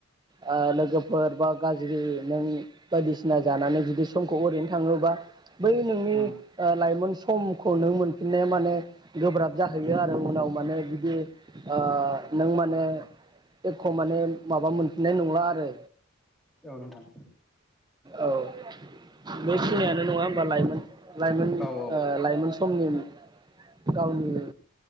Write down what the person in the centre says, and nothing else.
उम
औ नोंथां
औ औ